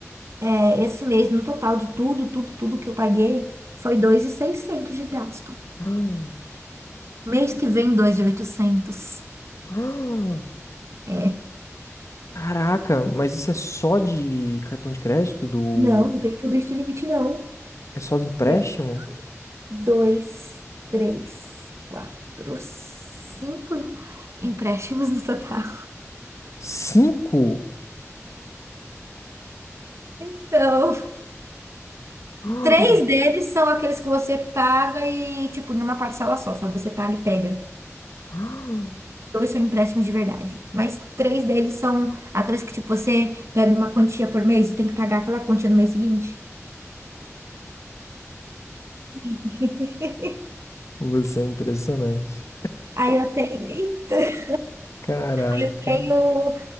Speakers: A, on the right (about 60°); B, on the left (about 70°).
A: é, esse mês, no total de tudo, tudo, tudo que eu paguei, foi 2.600 de gasto.
B: <gasps> Ah,
A: Mês que vem, 2.800.
B: ah,
A: É.
B: Caraca, mas isso é só de cartão de crédito do
A: Não, não tem tudo isso de limite, não.
B: é só do empréstimo?
A: É 2, 3, 4, 5 empréstimos no total.
B: Cinco? <gasps>
A: Então,
B: Ah,
A: três deles são aqueles que você paga e, tipo, em uma parcela só, sabe? Você paga e pega.
B: ah.
A: dois são empréstimos de verdade, mas três deles são aqueles que, tipo, você pega uma quantia por mês e tem que pagar aquela quantia no mês seguinte. <laughs>
B: Você é impressionante.
A: Aí eu tenho. Eita!
B: Caraca.
A: eu tenho.